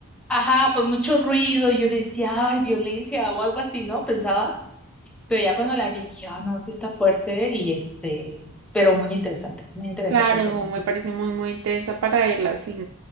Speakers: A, in the centre; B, on the right.
A: ajá, pues mucho ruido. y Yo decía, ay, violencia o algo así, ¿no? Pensaba, pero ya cuando la vi dije, ah, no, sí está fuerte y este, pero muy interesante, muy interesante
B: Claro,
A: el tema.
B: me parece muy, muy intensa para verla así.